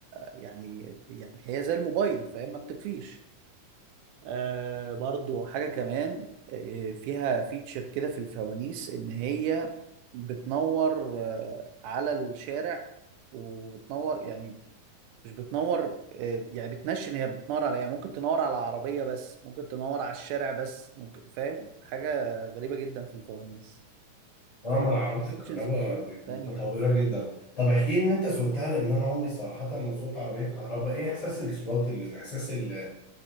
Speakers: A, on the right; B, on the left.
A: يعني يعني هي زي الموبايل فاهم ما بتطفيش آه برضو حاجه كمان آه، فيها فيتشر كده في الفوانيس ان هي بتنور آه، على الشارع وبتنور يعني مش بتنور آه، يعني بتنشن هي بتنور على يعني ممكن تنور على عربية بس ممكن تنور على الشارع بس ممكن فاهم حاجة غريبة جدا في الفوانيس
B: اه
A: في
B: ما العربيات
A: اوبشنز
B: الكهرباء
A: كتير
B: بيبقوا
A: تانية
B: متطورة جدا طب احكي لي ان انت سوقتها لان انا عمري صراحة ما سوقت عربية كهرباء ايه احساس الصراط اللي احساس ال-